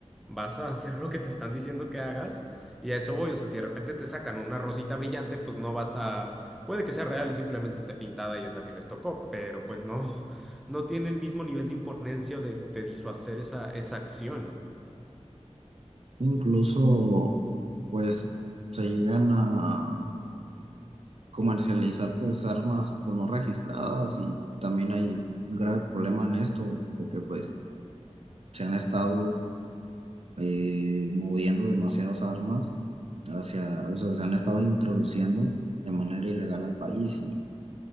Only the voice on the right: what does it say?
Incluso, pues se llegan a comercializar pues armas pues no registradas y también hay un grave problema en esto, de que pues se han estado eh, moviendo demasiadas armas hacia, o sea, se han estado introduciendo de manera ilegal al país